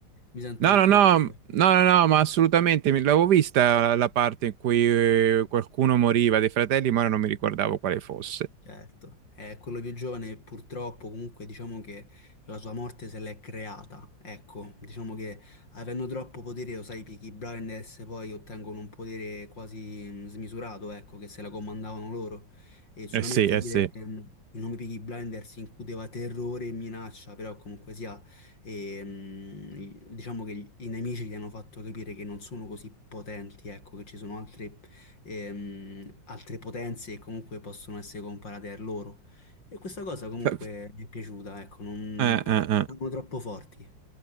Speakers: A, on the left; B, on the right.
A: mi sento
B: No,
A: in
B: no,
A: colpa
B: no, no,
A: perché
B: no, no, ma assolutamente, mi l'avevo vista la parte in cui eh, qualcuno moriva dei fratelli, ma ora non mi ricordavo quale fosse.
A: Certo, Eh, quello più giovane purtroppo comunque diciamo che la sua morte se l'è creata, ecco, diciamo che avendo troppo potere, lo sai, i Peaky Blinders poi ottengono un potere quasi mm, smisurato, ecco, che se la comandavano loro e solamente
B: Eh sì, eh
A: dire
B: sì.
A: mm, il nome Peaky Blinders incuteva terrore e minaccia, però comunque sia, e, mm, diciamo che i nemici gli hanno fatto capire che non sono così potenti, ecco, che ci sono altre ehm, altre potenze che comunque possono essere comparate a loro. E questa cosa comunque
B: Fa-
A: mi è piaciuta, ecco, non-
B: Eh,
A: perché
B: eh, eh,
A: non sono troppo forti.